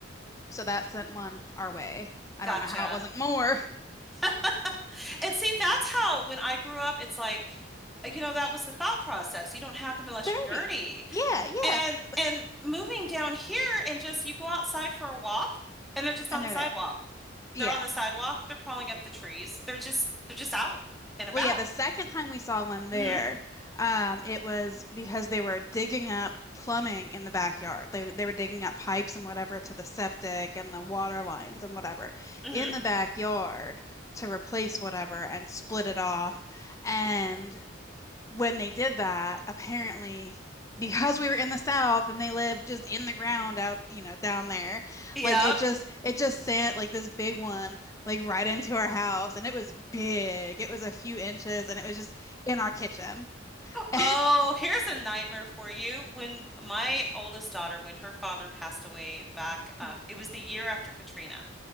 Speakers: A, on the left; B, in the centre.
A: So that sent one our way. I
B: Gotcha.
A: don't know how it wasn't more.
B: <laughs> And see, that's how when I grew up, it's like, uh, you know, that was the thought process. You don't have
A: <laughs>
B: them unless
A: 30.
B: you're dirty.
A: Yeah, yeah.
B: And
A: But
B: and moving down here and just you go outside for a walk and they're just
A: and
B: on the
A: they're
B: sidewalk.
A: there. Yeah.
B: They're on the sidewalk, they're crawling up the trees. They're just they're just out and about.
A: Well, yeah, the second time we saw one
B: hmm
A: there, um, it was because they were digging up plumbing in the backyard. They they were digging up pipes and whatever to the septic and the water lines and whatever
B: hmm
A: in the backyard to replace whatever and split it off. And when they did that, apparently, because we were in the South and they lived just in the ground out, you know, down there,
B: Yep.
A: like it just it just sent like this big one like right into our house, and it was big. It was a few inches, and it was just in our kitchen. <laughs>
B: Oh, here's a nightmare for you. When my oldest daughter, when her father passed away back, um,
A: Mhm.
B: it was the year after Katrina.